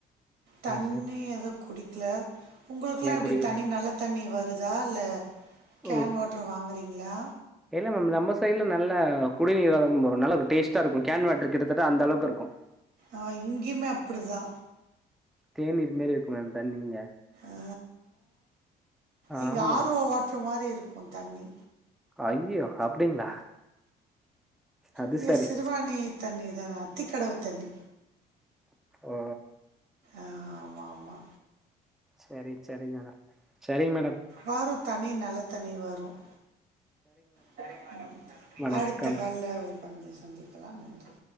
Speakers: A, on the right; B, in the centre.
A: தண்ணி
B: ம்.
A: எதவு குடிக்கல உங்களுக்குலா
B: ஏன்
A: எப்டி
B: குடிக்கல?
A: தண்ணி நல்ல தண்ணி வருதா இல்ல கேன்
B: ஓ
A: வாட்ரு வாங்குறீங்களா
B: இல்ல மேம் நம்ம சைட்ல நல்ல குடிநீர் வ வரும் நல்ல டேஸ்ட்டா இருக்கும் கேன் வாட்டரு கிட்டத்தட்ட அந்த அளவுக்கு இருக்கும்
A: ஆ எங்கேயுமே அப்டி தா
B: தேன் இது மேரி இருக்கு மேம் தண்ணீங்க
A: ஆ
B: ஆமா
A: இங்க ஆர் ஓ வாட்ருமாரி இருக்கும் தண்ணி
B: ஐய்யோ அப்டிங்களா அது
A: இங்க
B: சரி
A: சிறுவாணி தண்ணி தான அத்தி கடவ தண்ணி
B: ஓ
A: ஆமா மா
B: சரி சரி மேடம் சரிங் மேடம்
A: வாரு தண்ணி நல்ல தண்ணி வரும் சரிங்க மேடம் நன்றி
B: வணக்கம்
A: அடுத்த கால்ல சந்திக்கலாம் நன்றி